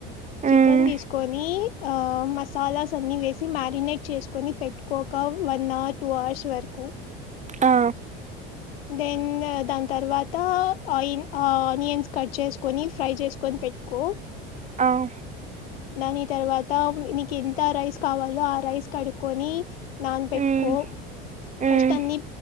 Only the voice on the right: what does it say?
మ్మ్
ఆ
అవు
మ్మ్ మ్మ్